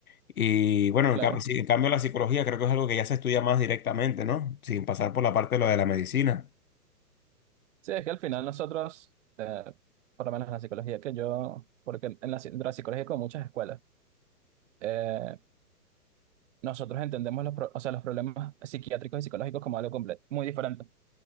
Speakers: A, on the left; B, on the right.
A: Y bueno,
B: Claro.
A: en cam- sí, en cambio la psicología creo que es algo que ya se estudia más directamente, ¿no? Sin pasar por la parte de lo de la medicina.
B: Sí, es que al final nosotros, eh, por lo menos en la psicología que yo, porque en la, ci- la psicología hay como muchas escuelas, eh, Nosotros entendemos los, pro- o sea, los problemas psiquiátricos y psicológicos como algo completo, muy diferente.